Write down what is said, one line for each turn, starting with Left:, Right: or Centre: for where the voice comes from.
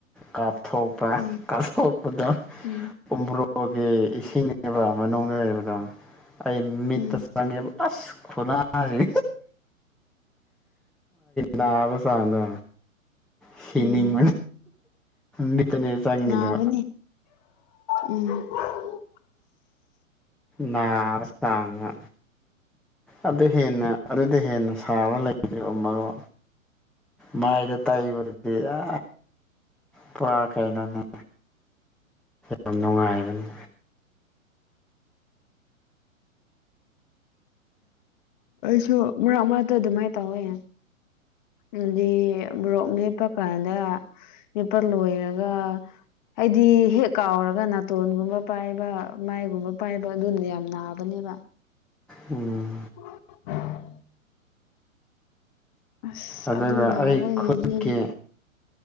Centre: ꯀꯥꯞꯊꯣꯛꯄ
Left: ꯎꯝ
Centre: ꯀꯊꯄꯗ
Left: ꯎꯝ
Centre: ꯎꯝꯕꯔꯣ ꯑꯣꯒꯤꯦ ꯏꯁꯤꯡꯅꯦꯕ ꯃꯅꯨꯡꯗ ꯂꯩꯕꯗꯣ ꯑꯩ ꯃꯤꯠꯇ
Left: ꯎꯝ
Centre: ꯆꯪꯒꯦ ꯑꯁ ꯈꯨꯅꯥꯁꯤ ꯅꯅꯥꯕꯁꯥꯡꯗ ꯁꯤꯤꯅꯤ
Left: ꯎꯝ
Centre: ꯃ ꯃꯤꯇꯅꯦ ꯆꯥꯡꯂꯤꯗꯨ
Left: ꯅꯥꯕꯅꯤ ꯎꯝ
Centre: ꯅ ꯑꯥꯉ ꯑꯗꯨ ꯍꯦꯟꯅ ꯑꯗꯨꯗ ꯍꯦꯟꯅ ꯁꯥꯕ ꯂꯩꯇ꯭ꯔꯦ ꯃꯔꯣ ꯃꯥꯏꯗ ꯇꯩꯕꯗꯤ ꯑ ꯄꯨꯔꯥ ꯀꯩꯅꯅꯦ ꯌꯥꯝ ꯅꯨꯡꯉꯥꯏꯕꯅꯤ
Left: ꯁꯨ ꯍ ꯑ ꯇ ꯑꯗꯨꯃꯥꯏ ꯇ ꯍꯣꯏ ꯑꯗꯨꯗꯤ ꯣꯔꯣꯛ ꯅꯦꯞꯄ ꯀꯥꯟꯗ ꯅꯦꯞꯄ ꯂꯣꯏꯔꯒ ꯍꯥꯏꯗꯤ ꯍꯦꯛ ꯀꯥꯎꯔꯒ ꯅꯥꯇꯣꯟꯒꯨꯝꯕ ꯄꯥꯏꯕ ꯃꯥꯏꯒꯨꯝꯕ ꯄꯥꯏꯕ ꯑꯗꯨꯅ ꯌꯥꯝ ꯅꯥꯕꯅꯤ ꯋꯥ
Centre: ꯎꯝ
Left: <unintelligible> ꯑꯁ
Centre: ꯑꯗꯨꯒ
Left: ꯑꯗꯨ ꯑꯗꯨ ꯅꯕ
Centre: ꯑꯩ ꯈꯨꯠꯀꯤ
Left: ꯏꯗꯤ